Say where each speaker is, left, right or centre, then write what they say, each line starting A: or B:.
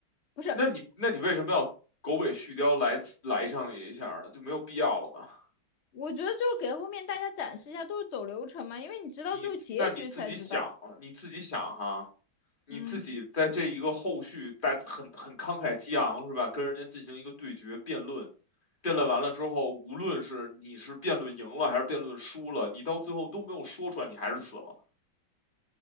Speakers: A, on the left (about 70°); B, on the left (about 25°).
A: 不是，
B: 那你那你为什么要狗尾续貂来来上一下儿呢？就没有必要了吧？
A: 我觉得就是给后面大家展示一下，都是走流程嘛，因为你知道最后结局才知道。
B: 你那你自己想啊，你自己想哈，你自己在这一个后续在很很慷慨激昂是吧？
A: 嗯，
B: 跟人家进行一个对决辩论，辩论完了之后，无论是你是辩论赢了还是辩论输了，你到最后都没有说出来，你还是死了。